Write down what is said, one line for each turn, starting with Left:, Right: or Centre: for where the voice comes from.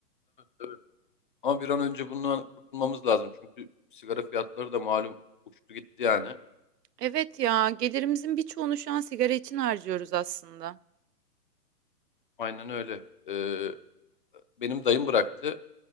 Left: Tabii. Ama bir an önce bundan kurtulmamız lazım. Çünkü sigara fiyatları da malum uçtu gitti yani.
Right: Evet ya, gelirimizin birçoğunu şu an sigara için harcıyoruz aslında.
Left: Aynen öyle. Ee, Benim dayım bıraktı.